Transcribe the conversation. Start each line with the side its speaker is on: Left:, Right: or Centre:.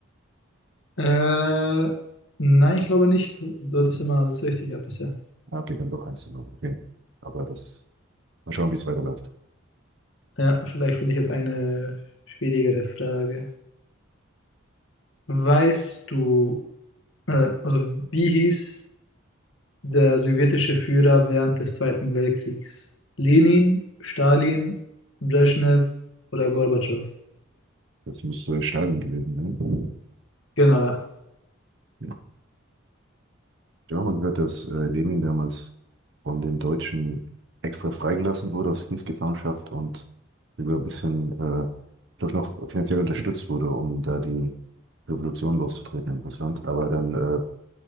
Left: Äh, nein, ich glaube nicht. Du hattest immer alles richtig gehabt bisher.
Right: Ah, okay, dann doch eins zu null. Okay, aber das mal schauen, wie es weiterläuft.
Left: Ja, vielleicht finde ich jetzt eine schwierigere Frage. Weißt du, äh, also wie hieß der sowjetische Führer während des Zweiten Weltkriegs? Lenin, Stalin, Brezhnev oder Gorbatschow?
Right: Das müsste Stalin gewesen sein.
Left: Genau, ja.
Right: Ja. Ich habe mal gehört, dass äh, Lenin damals von den Deutschen extra freigelassen wurde aus Kriegsgefangenschaft und sogar ein bisschen, äh, glaube ich, noch finanziell unterstützt wurde, um da die Revolution loszutreten in Russland. Aber dann, äh,